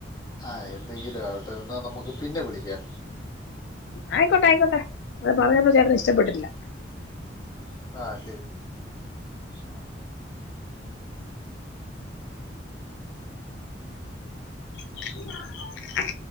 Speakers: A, on the left (about 20°); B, on the left (about 65°).
A: ആഹ എന്തെങ്കിലും ആവട്ടെ എന്നാൽ നമുക്ക് പിന്നെ വിളിക്കാം.
B: ആയിക്കോട്ട ആയിക്കോട്ട അത് പറഞ്ഞപ്പോ ചേട്ടന് ഇഷ്ടപ്പെട്ടില്ല.
A: ആഹ ശെരി ആഹ
B: <inaudible>